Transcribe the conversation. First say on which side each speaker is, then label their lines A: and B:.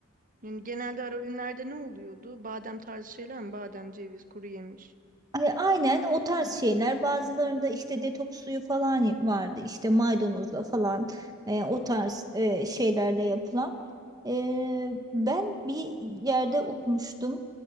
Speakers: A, on the right; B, on the right.
A: Yani genelde ara öğünlerde ne oluyordu? Badem tarzı şeyler mi? Badem, ceviz, kuru yemiş.
B: Ay- Aynen o tarz şeyler. Bazılarında işte detoks suyu falan vardı. İşte maydanozla falan e, o tarz e, şeylerle yapılan. E, ben bir yerde okumuştum.